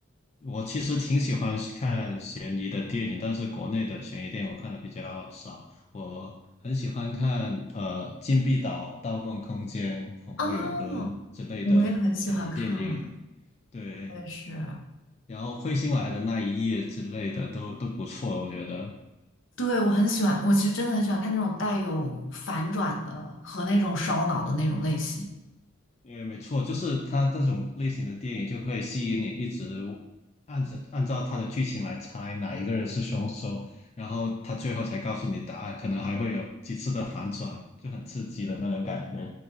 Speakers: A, on the left; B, on the left.
A: 我其实挺喜欢看悬疑的电影，但是国内的悬疑电影我看的比较少。我很喜欢看呃《禁闭岛》《盗梦空间》《恐怖游轮》之类的悬疑电影，
B: 啊，我也很喜欢看，
A: 对，
B: 我也是。
A: 然后彗星来的那一夜之类的都都不错，我觉得。
B: 对，我很喜欢，我其实真的很喜欢看那种带有反转的和那种烧脑的那种类型。
A: 对，没错，就是它这种类型的电影就可以吸引你一直按着按照它的剧情来猜哪一个人是凶手，然后他最后才告诉你答案，可能还会有几次的反转，就很刺激的那种感觉。